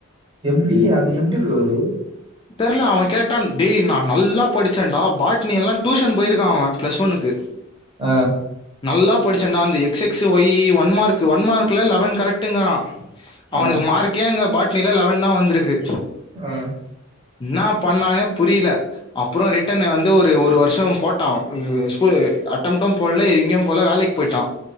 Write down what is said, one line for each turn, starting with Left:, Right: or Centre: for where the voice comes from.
Right: எப்டி அது எப்டி ப்ரோ அது
Left: தெர்ல அவ கேட்டான் டேய் நான் நல்லா படிச்சேன்டா பாட்னி எல்லா டியூஷன் போயிருக்கா அவன் பிளஸ் ஒன்னுக்கு
Right: ஆ
Left: நல்லா படிச்சேன்டா அந்த X X Y one mark one மார்க்ல லெவன் கரெக்ட்டுங்கிறா அவனுக்கு
Right: ஆ
Left: மார்க்கே அங்க பாட்னில லெவன்தா வந்திருக்கு
Right: அ
Left: என்னா பண்ணானே புரியல அப்புற ரிட்டன் வந்து ஒரு ஒரு வருஷ போட் ட்டா ஸ்கூல் அட்டம்டு போட்ல எங்கயும் போல வேலைக்கு போய்ட்டா